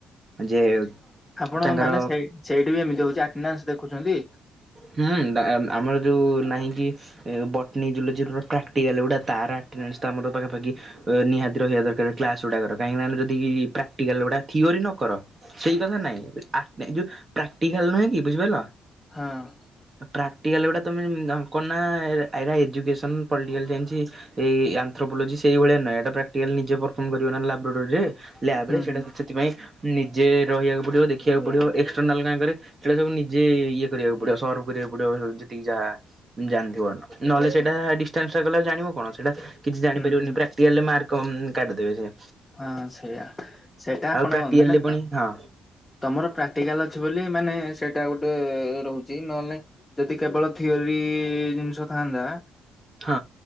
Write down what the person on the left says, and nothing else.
ଆପଣ
ମାନେ ସେ ସେଇଠି ବି ଏମିତି ହଉଚି ଆଟନାନ୍ସ୍ ଦେଖୁଛନ୍ତି।
ହଁ।
ହୁଁ
ହୁଁ।
ହୁଁ ହୁଁ
ହଁ ସେଇଆ। ସେଟା ଆପଣ
ମାନେ
ତ?
ତମର ପ୍ରାକ୍ଟିକାଲ୍ ଅଛି ବୋଲି ମାନେ ସେଇଟା ଗୋଟେ ରୋହୁଚି। ନହେଲେ ନାଇଁ ଯଦି କେବଳ ଥିଓରି ଜିନିଷ ଥାଆନ୍ତା